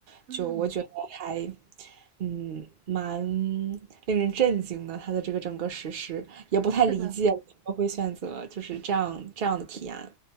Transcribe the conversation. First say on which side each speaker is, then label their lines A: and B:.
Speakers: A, on the right; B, on the right.
A: 嗯，
B: 就我觉得还，嗯，蛮令人震惊的。他的这个整个实施也不太理解为什么会选择就是这样这样的提案。
A: 是的。